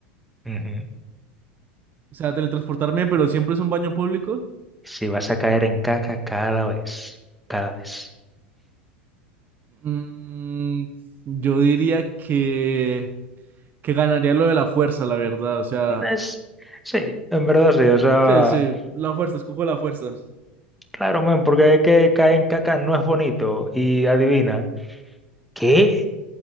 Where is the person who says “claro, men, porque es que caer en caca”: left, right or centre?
Centre